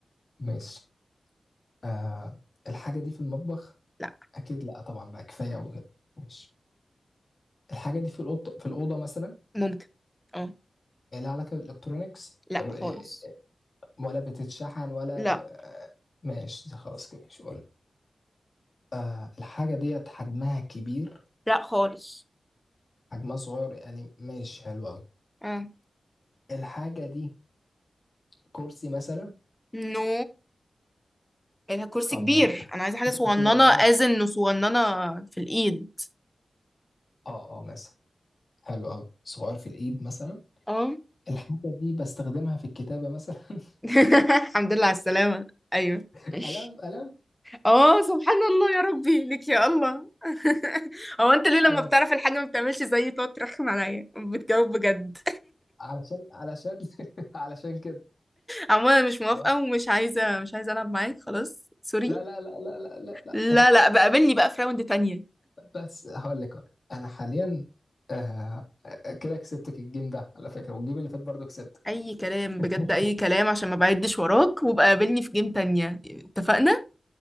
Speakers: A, on the left; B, in the centre.
A: ماشي آه الحاجة دي في المطبخ
B: لا
A: اكيد لا طبعا بقى كفاية وكده ماشي الحاجة دي في الأوضة في الأوضة مثلا
B: ممكن اه
A: لها علاقة بالإلكترونيكس
B: لا
A: ر-
B: خالص
A: ولا بتتشحن ولا
B: لا
A: ب... ماشي ده خلاص كده مش قلنا آه الحاجة ديت حجمها كبير
B: لا خالص
A: حجمها صغير يعني ماشي حلو أوي
B: اه
A: الحاجة دي كرسي مثلا
B: نو الكرسي
A: أو
B: كبير
A: ما هوش حاجة
B: انا عايزه حاجه صغننه
A: كبير أنا
B: از
A: آسف
B: انه صغننه في الايد
A: اه اه مثلا حلو أوي صغير في الإيد مثلا
B: اه
A: الحاجة دي بستخدمها في الكتابة مثلا
B: <laughs> الحمد لله على السلامه ايوه
A: <laughs>
B: <laughs>
A: قلم قلم
B: اه سبحان الله يا ربي لك يا الله <laughs> هو انت ليه لما
A: أيوة
B: بتعرف الحاجه ما بتعملش زيي تقعد ترخم عليا بتجاوب بجد
A: علشان علشان <laughs> علشان كده
B: عموما انا مش موافقه
A: علشان-
B: ومش عايزه مش عايزه العب معاك خلاص سوري
A: لا لا لا لا لا لا, لا.
B: لا
A: طب
B: لا بقابلني بقى في راوند تانية
A: بس هقول لك أهو. انا حاليا آه آه، كده كسبتك الجيم ده على فكره والجيم اللي فات برضه كسبتك
B: اي كلام
A: <laughs>
B: بجد اي كلام عشان ما بعدش وراك وبقى قابلني في جيم تانية اتفقنا